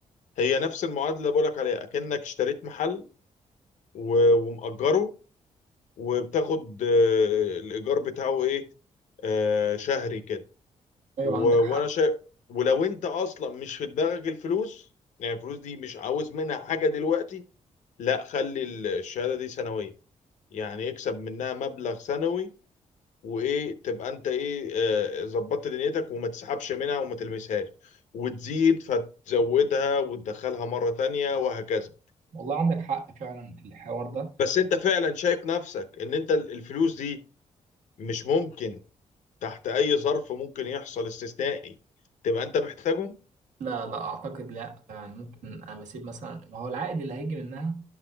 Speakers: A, on the left (about 80°); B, on the right (about 85°).
A: هي نفس المعادله اللي بقولك عليها اكنك اشتريت محل و- ومأجره وبتاخد آه، الايجار بتاعه ايه آه، شهري كده
B: ايوه
A: و-
B: عندك
A: وانا
B: حق
A: شايف ولو انت اصلا مش في دماغك الفلوس يعني الفلوس دي مش عاوز منها حاجه دلوقتي لا خلي ال- الشهاده دي سنويه يعني اكسب منها مبلغ سنوي وايه تبقى انت ايه آه، ظبطت دنيتك وما تسحبش منها وما تلمسهاش وتزيد فتزودها وتدخلها مره تانية وهكذا
B: والله عندك حق فعلا الحوار ده
A: بس انت فعلا شايف نفسك ان انت ال- الفلوس دي مش ممكن تحت اي ظرف ممكن يحصل استثنائي تبقى انت محتاجهم
B: لا لا اعتقد لا يعني ممكن انا بسيب مثلا ما هو العائد اللي هيجي منها